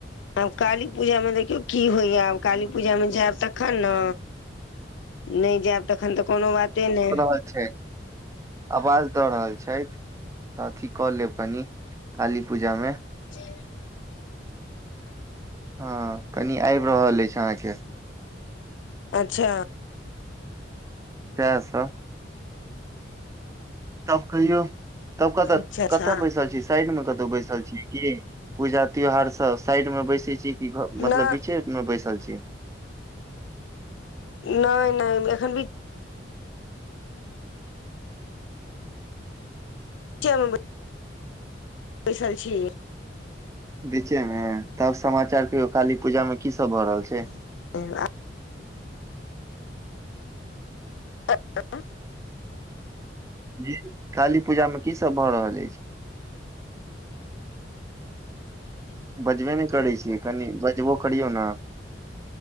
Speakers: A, on the left (about 85°); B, on the right (about 15°).
A: आब काली पूजामे देखियौ की होइया आब काली पूजामे जायब तखन ने नहि जायब तखन तऽ कोनो बाते ने।
B: ब छै। आवाज दऽ रहल छथि तऽ अथी कऽ लेब कनि काली पूजामे।
A: जी
B: हँ कनि आबि रहल अछि अहाँके
A: अच्छा
B: तसँ तब कहियो तब कतऽ
A: अच्छा अच्छा
B: कतऽ पैसा छी। साइड मे कतौ बैसल छी की पूजा त्योहार सब साइड में बैसे छी। ई घ
A: नहि
B: मतलब बीचे में बैसल छी।
A: नहि नहि एखन भी च <unintelligible> बैसल छी।
B: बीचे मे तब समाचार कहियौ काली पूजा मे की सब भऽ रहल छै?
A: <unintelligible> ह अच्छा <unintelligible>
B: जी काली पूजा मे की सब भऽ रहल अछि? बजबे नहि करै छ कनि बजबो करियौ ने।